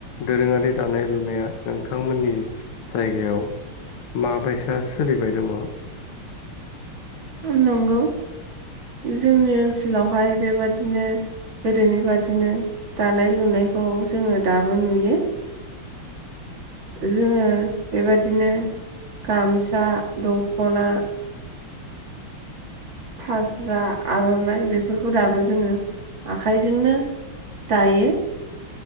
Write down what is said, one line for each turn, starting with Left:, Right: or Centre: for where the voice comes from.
Left: दोरोङारि दानाय लुनाया नोंथांमोननि जायगायाव माबाय दि सोलिबाय दङ
Right: नंगौ जोंनि ओनसोलावहाय बेबादिनो गोदोनि बादिनो दानाय लुनायखौ जोङो दाबो नुयो जोङो बेबादिनो गामसा दखना फास्रा आरनाइ बेफोरखौ दाबो जोङो आखाइजोंनो दायो